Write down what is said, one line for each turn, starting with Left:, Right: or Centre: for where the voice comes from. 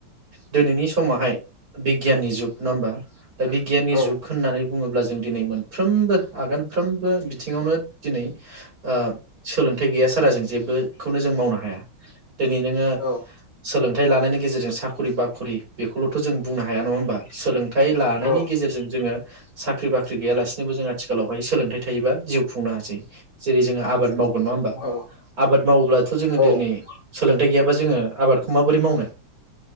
Right: दिनैनि समावहाय बिगियाननि जुग बा दा बिगियाननि
Left: औ
Right: जुग होननानै बुङोब्ला जों दिनै मोनफ्रोमबो आगानफ्रोमबो बिथिङावनो दिनै ओ सोलोंथाइ गैया सारा जों जेबो खौनो जों मावनो हाया दिनै नोङो
Left: औ
Right: सोलों थाइ लानायनि गेजेरजों साखरि बाखरि बेखौल'थ' जों बुंनो हाया नङा होमबा सोलों थाय लानायनि
Left: औ
Right: गेजेरजों जोङो साख्रि बाख्रि गैयालासिनोबो जों आथिखालावहाय सोलोंथाइ थायोबा जिउ खुंनो हासै। जेरै जोङो आबाद माव नङा होमबा
Left: औ
Right: आबाद मावोब्लाथ' जोङो
Left: औ
Right: दिनै सोलोंथाइ गैयाबा जोङो आबादखौ माबोरै मावनो।